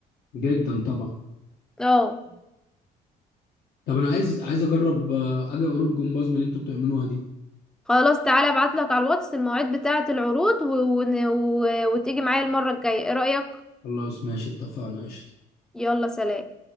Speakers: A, on the left; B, in the centre.
A: جدا طبعا
B: اه
A: طب انا عايز عايز اجرب آه، اجي عروض جمباز من اللي انتوا بتعملوها دي
B: خلاص تعالى ابعتلك على الواتس المواعيد بتاعة العروض و... و... و... وتيجي معايا المرة الجاية ايه رأيك
A: خلاص ماشي اتفقنا قشطه
B: يلا سلام